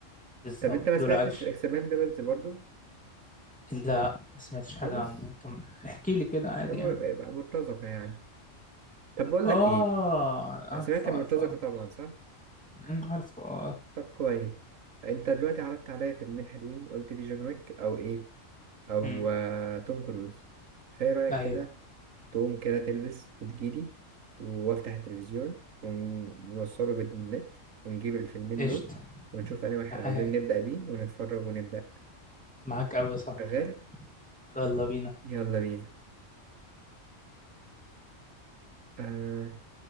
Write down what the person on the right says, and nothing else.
طب انت ما
سمعتش
اكسباندبلز برضو
خالص
ده م-
يبقى مرتزقة يعني طب بقول
لك ايه
سمعت المرتزقة
طبعا صح
طب كويس انت دلوقتي عرضت عليا فيلمين حلوين قلت لي جون ويك او ايه او
آه توم كروز فايه رأيك
كده تقوم كده تلبس وتجيلي وافتح التلفزيون ونوصله بالنت ونجيب الفيلمين
دول ونشوف انهي واحد
عاوزين نبدأ بيه ونتفرج ونبدأ
شغال
يلا بينا آه